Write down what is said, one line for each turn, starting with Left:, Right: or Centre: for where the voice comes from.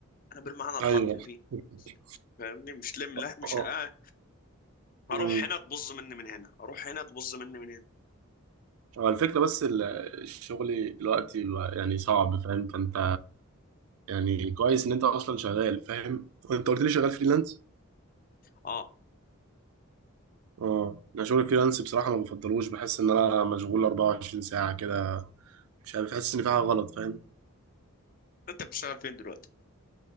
Left: انا بالمعنى الحرفي
Right: ايوه
Left: فيه
Right: <laughs>
Left: فاهمني مش لم لا
Right: اه
Left: مش آه.
Right: مم.
Left: اروح هنا تبظ مني من هنا اروح هنا تبظ مني من هنا
Right: هو الفكرة بس ال- الشغل دلوقتي بقى يعني صعب فاهم فانت يعني كويس ان انت اصلا شغال فاهم؟ انت قلت لي شغال فريلانس؟
Left: اه
Right: اه انا شغل فريلانس بصراحة ما بفضلوش بحس ان انا مشغول 24 ساعة كده مش عارف بحس ان في حاجة غلط فاهم؟
Left: انت بتشتغل فين دلوقتي؟